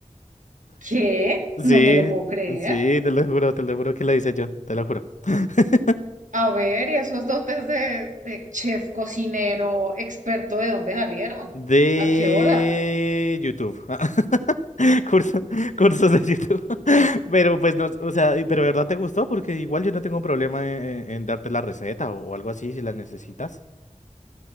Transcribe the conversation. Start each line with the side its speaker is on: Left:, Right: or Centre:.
Right: ¿Qué?
Left: Sí,
Right: No te lo puedo creer.
Left: sí, te lo juro, te lo juro que la hice yo, te lo juro. <laughs>
Right: A ver, ¿y esos dotes de, de chef, cocinero, experto, de dónde salieron?
Left: De
Right: ¿A qué horas?
Left: YouTube. <laughs> Curso- cursos de YouTube. <laughs> Pero pues no, o sea, y- pero de verdad te gustó porque igual yo no tengo problema en, en darte la receta o, o algo así si la necesitas.